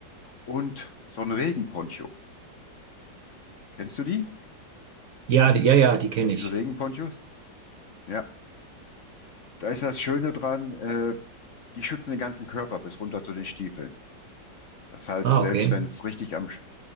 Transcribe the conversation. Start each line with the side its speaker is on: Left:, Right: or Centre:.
Left: und so ein Regenponcho. Kennst du die?
Right: Ja, die, ja, ja, die kenne
Left: Diese
Right: ich.
Left: Regenponchos? Ja, da ist das Schöne dran, äh, die schützen den ganzen Körper bis runter zu den Stiefeln. Das heißt,
Right: Ah,
Left: selbst
Right: okay.
Left: wenn es richtig am,